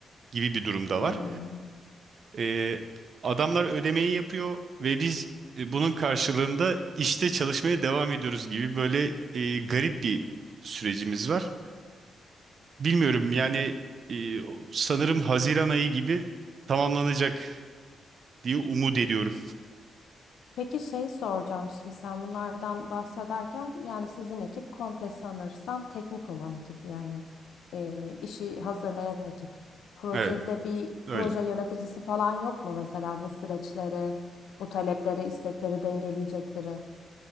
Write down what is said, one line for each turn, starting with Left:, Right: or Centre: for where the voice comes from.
Right: gibi bir durumda
Left: Hmm.
Right: var. E, adamlar ödemeyi yapıyor ve biz e, bunun karşılığında işte çalışmaya devam ediyoruz gibi böyle e, garip bir sürecimiz var. Bilmiyorum yani e, sanırım Haziran ayı gibi tamamlanacak diye umut ediyorum.
Left: Peki şey soracağım şimdi sen bunlardan bahsederken yani sizin ekip komple sanırsam teknik olan ekip yani e, işi hazırlayan ekip. Projede
Right: Evet,
Left: bir proje
Right: öyle.
Left: yöneticisi falan yok mu mesela bu süreçleri, bu talepleri, istekleri dengeleyecek biri?